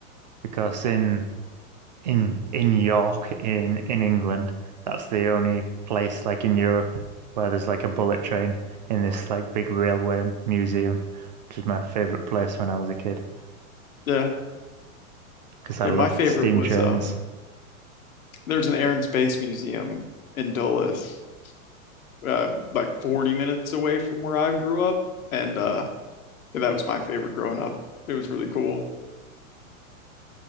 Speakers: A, on the right; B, on the left.
A: because in in in York in in England, that's the only place like in Europe where there's like a bullet train in this like big railway museum, which is my favorite place when I was a kid
B: Yeah.
A: because I
B: Yeah,
A: loved
B: my favorite
A: steam
B: was
A: trains.
B: um there's an Air and Space Museum in Dulles, uh, like 40 minutes away from where I grew up. And uh Yeah, that was my favorite growing up. It was really cool.